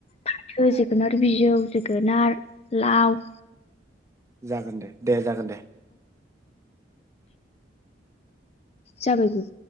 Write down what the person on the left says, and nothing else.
फाथो जोगोनार बिजौ जोगोनार लाव
जाबायबो